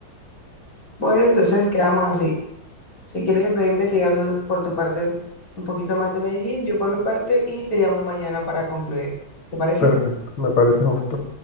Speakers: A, on the left; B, on the left.
A: Bueno, entonces quedamos así. Si quieres, ve investigando por tu parte un poquito más de Medellín, yo por mi parte, y te llamo mañana para concluir. ¿Te parece?
B: Perfecto, me parece justo.